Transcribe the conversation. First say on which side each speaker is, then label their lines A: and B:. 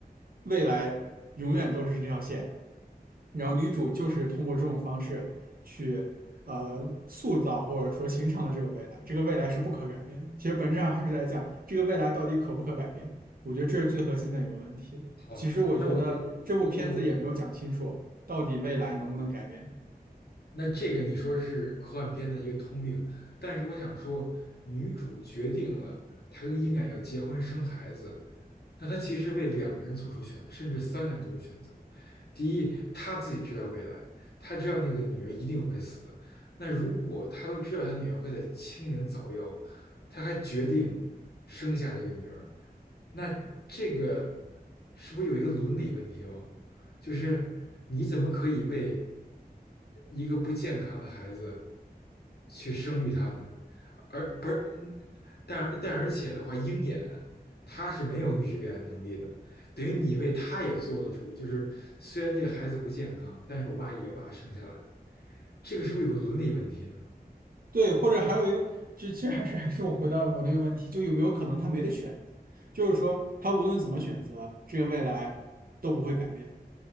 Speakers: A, on the right (about 65°); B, on the left (about 80°).
A: 未来永远都是这条线？然后女主就是通过这种方式。去。呃塑造或者说形成了这个未来，这个未来是不可改变的其实本质上还是来讲这个未来到底可不可改变，我觉得这是最核心的一个问题。
B: 好，
A: 其实我觉得这部片子也没有讲清楚到底未来能不能改变。
B: 那我我我我那这个你说是科幻片的一个通病，但是我想说，女主决定了她跟鹰眼要结婚生孩子，那她其实为两个人做出选择，甚至三个人做出选择。第一，她自己知道未来，她知道那个女儿一定会死。那如果她都知道她女儿会在青年早夭，她还决定生下这个女儿，那这个是不是有一个伦理问题哦？就是你怎么可以为一个不健康的孩子去生育他呢？而不是，但但而且的话，鹰眼他是没有预知未来能力的，等于你为他也做了主。就是虽然这个孩子不健康，但是我妈也要把他生下来，这个是不是有个伦理问题呢？
A: 对，或者还有一个，就其实还是还是我回到我那个问题，就有没有可能他没得选，就是说他无论怎么选择，这个未来都不会改变。